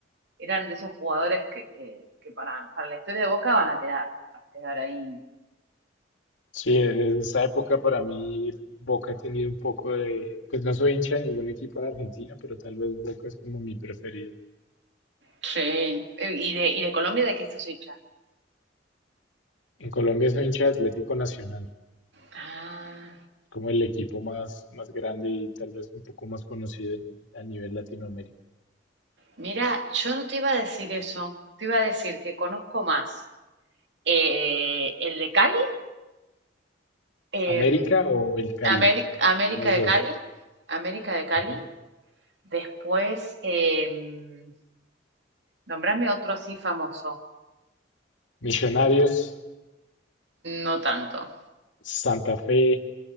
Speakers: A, on the right; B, on the left.
A: eran de esos jugadores que, que, que para, para la historia de Boca van a quedar, van a quedar ahí
B: Sí, desde esa época para mí Boca ha tenido un poco de, pues no soy hincha de ningún equipo en Argentina, pero tal vez Boca es como mi preferido.
A: Sí. ¿Y de, y de Colombia de qué sos hincha?
B: En Colombia soy hincha de Atlético Nacional,
A: Ah,
B: como el equipo más, más grande y tal vez un poco más conocido en- a nivel Latinoamérica.
A: mira, yo no te iba a decir eso. Te iba a decir que conozco más eh, el de Cali, em,
B: ¿América o el Cali?
A: Ameri- América
B: Ya tenemos
A: de
B: dos.
A: Cali, América de Cali.
B: Ujú.
A: Después, em, nombrame otro así famoso.
B: Millonarios,
A: No tanto.
B: Santa Fe,